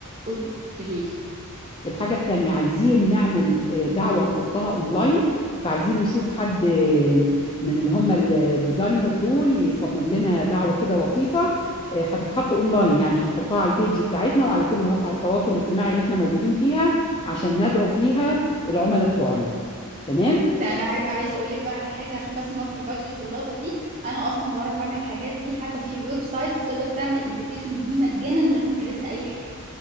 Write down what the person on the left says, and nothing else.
الحاجة التانية عايزين نعمل آه، دعوة نحطها اونلاين فعايزين نشوف حد آه، من اللي هم الديزاينر دول يصمم لنا دعوة كده لطيفة آه، هتتحط اونلاين يعني هنحطها على البيج بتاعتنا وعلى كل مواقع التواصل الاجتماعي اللي احنا موجودين فيها عشان ندعو فيها العملاء بتوعنا تمام